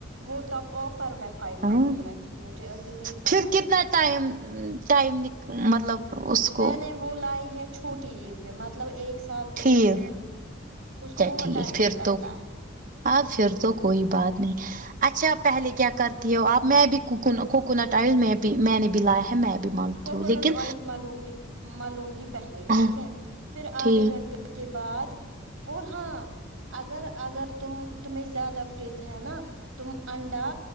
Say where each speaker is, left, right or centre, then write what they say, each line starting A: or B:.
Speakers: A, on the right; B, on the right.
A: وہ تب آفر میں فائیو
B: آ
A: ہنڈریڈ
B: ہاں
A: میں تھی مجھے ابھی نہیں پتا
B: پھر کتنا
A: ہے
B: ٹائم ٹائم نک مطلب اس
A: میں
B: کو
A: نے وہ لائی ہے چھوٹی عید پے مطلب ایک سال ہو
B: ٹھیک
A: گیا اس کو بہت
B: ٹھیک
A: ٹائم
B: پھر
A: نکلتا
B: تو
A: ہے
B: اچھا پھر تو کوئی بات نہیں اچھا پہلے کیا کرتی ہو آپ میں بھی کوکن کوکونٹ آئل میں بھی میں نے بھی لایا ہے میں بھی مانگتی
A: کوکونٹ
B: ہوں لیکن
A: آئل ملوں گی ملوں گی پہلے
B: ہاں
A: ٹھیک ہے پھر
B: ٹھیک
A: آدھے گھنٹے کے بعد اور ہاں اگر اگر تم تمہیں زیادہ فریز ہے نا تم انڈا